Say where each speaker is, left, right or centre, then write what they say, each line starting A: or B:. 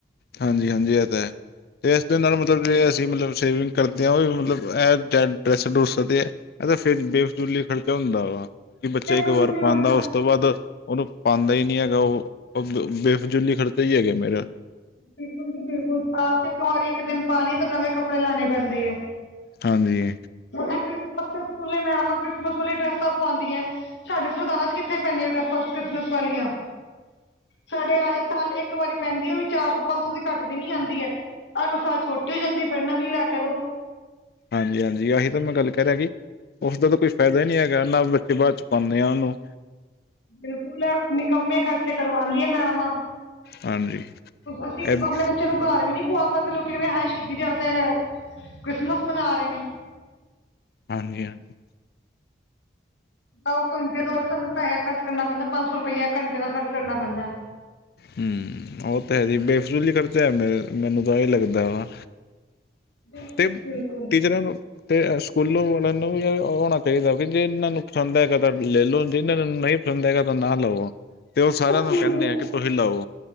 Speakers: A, on the left; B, on the left.
A: ਹਾਂਜੀ- ਹਾਂਜੀ ਇਹ ਤਾਂ ਹੈ, ਤੇ ਇਸਦੇ ਨਾਲ ਮਤਲਬ ਜ ਅਸੀਂ ਮਤਲਬ ਸ਼ੇਵਿੰਗ ਕਰਦੇ ਆ ਵੀ ਮਤਲਬ ਇਹ ਏ ਡਰੈਸ ਡਰਸਦੇ। ਇਹਦਾ ਫਿਰ ਬੇਫਸੂਲੀ ਲਈ ਖਰਚਾ ਹੁੰਦਾ ਵਾ ਕਿ ਬੱਚਾ
B: ਇਹ
A: ਇੱਕ
B: ਫਜ਼ੂਲ
A: ਵਾਰ
B: ਹੀ
A: ਪਾਉਂਦਾ
B: ਹੁੰਦਾ
A: ਇਕ ਤੋਂ ਵੱਧ ਉਹਨੂੰ ਪਾਂਦਾ ਹੀ ਨਹੀਂ ਹੈਗਾ। ਉਹ ਬੇਫਜਲੀ ਖਰਚੇ ਹੀ ਹੈਗੇ ਮੇਰਾ।
B: ਬਿਲਕੁਲ ਜੀ ਬਿਲਕੁਲ ਸਾਲ ਚ ਇੱਕ ਵਾਰੀ ਇੱਕ ਦਿਨ ਪਾਉਣੇ ਨਵੇਂ ਕੱਪੜੇ ਲੈਣੇ ਪੈਂਦੇ ਏ।
A: ਹਾਂਜੀੀੀ।
B: ਹੁਣ ਕ੍ਰਿਸਮਸ ਤੇ ਸਕੂਲੇ ਮੈਡਮਾ ਕ੍ਰਿਸਮਸ ਬਾਲੀਆਂ ਡਰੈਸਾ ਪਵਾਨਦੀਆਂ ਏ। ਸਾਡੇ ਸਰਦਾਰਾਂ 'ਚ ਕਿੱਥੇ ਪੈਂਦੀਆਂ ਡਰੈੱਸਾ ਕ੍ਰਿਸਮਸ ਵਾਲੀਆਂ। ਸਾਡੇ ਆਏ ਸਾਲ ਇੱਕ ਵਾਰੀ ਪੈਂਦੀ ਆ ਉਹ ਵੀ ਚਾਰ ਸੌ ਪੰਜ ਸੌ ਦੀ ਘੱਟ ਦੀ ਨੀ ਆਂਦੀ ਐ। ਅਗਲੇ ਸਾਲ ਛੋਟੀ ਹੋ ਜਾਂਦੀ ਫਿਰ ਨਵੀਂ ਲੈ ਕੇ ਦੋ।
A: ਹਾਂਜੀ-ਹਾਂਜੀ ਆਹੀ ਤਾਂ ਮੈਂ ਗੱਲ ਕਹਿ ਰਿਆ ਕਿ ਉਸਦਾ ਤਾਂ ਕੋਈ ਫਾਇਦਾ ਈ ਨੀ ਹੈਗਾ ਨਾ ਬੱਚੇ ਬਾਅਦ 'ਚ ਪਾਂਦੇ ਆ ਉਹਨੂੰ।
B: ਬਿਲਕੁਲ ਐ ਨਿਕੰਮੇ ਖਰਚੇ ਕਰਵਾਂਦੀਆਂ ਮੈਡਮਾਂ।
A: ਹਾਂਜੀ।
B: ਅਸੀ
A: ਹਾਂਜੀ
B: ਆਪਣੇ ਬੱਚੇ ਨੂੰ। ਘਰ ਵੀ ਨਹੀਂ ਪਵਾ ਸਕਦੇ। ਲੋਕੀ ਕਹਿੰਦੇ ਨੇ ਹਾਏ, ਸ਼ਹੀਦੀ ਦਿਹਾੜੇ ਤੇੇੇੇ ਕ੍ਰਿਸਮਸ ਮਨਾ ਰਹੇ ਨੇ।
A: ਹਾਂਜੀ, ਹਾਂਜੀ।
B: ਤਾਂ ਉਹ ਘੰਟੇ ਤੋਂ ਸਾਨੂੰ ਪੈਸਾ ਖਰਚ ਕਰਨਾ ਪੈਂਦਾ, ਪੰਜ ਸੌ ਰੁਪਇਆ ਘੰਟੇ ਦਾ ਖਰਚ ਕਰਨਾ ਪੈਂਦਾ
A: ਹੂੰ, ਉਹ ਤਾਂ ਹੈ ਜੀ ਬੇਫਸੂਲੀ ਖਰਚਾ ਮੇ ਮੈਨੂੰ ਤਾਂ ਇਹੀ ਲੱਗਦਾ ਹਾਂ।
B: ਬਿਲਕੁਲ
A: ਤੇ
B: ਜੀ ਬਿਲਕੁਲ
A: ਟੀਚਰਾਂ ਨੂੰ ਤੇ ਸਕੂਲਾਂ ਵਾਲਿਆਂ ਨੂੰ ਵੀ ਇਹ ਹੋਣਾ ਚਾਹੀਦਾ, ਵੀ ਜੇ ਇਹਨਾਂ ਨੂੰ ਪਸੰਦ ਹੈਗਾ ਤਾਂ ਲੈ ਲਓ ਜੇ ਇਹਨਾਂ ਨੂੰ ਨਹੀਂ ਦੇਗਾ ਤਾਂ ਨਾ ਲਵੋ। ਤੇ ਉਹ ਸਾਰਿਆਂ
B: ਸਕੂਲ
A: ਨੂੰ ਕਹਿੰਦੇ ਆ ਕਿ ਤੁਸੀਂ ਲਓ